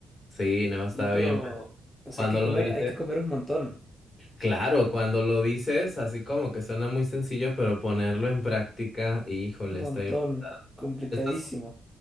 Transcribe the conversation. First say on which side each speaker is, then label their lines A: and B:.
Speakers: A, on the left; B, in the centre.
A: Sí, no,
B: Sí,
A: está
B: pero,
A: bien. pues,
B: o sea,
A: Cuando
B: hay que comer,
A: lo dices,
B: hay que comer un montón.
A: claro, cuando lo dices, así como que suena muy sencillo, pero ponerlo en práctica, híjole,
B: Un montón.
A: está bien pesado.
B: Complicadísimo.
A: ¿Estás,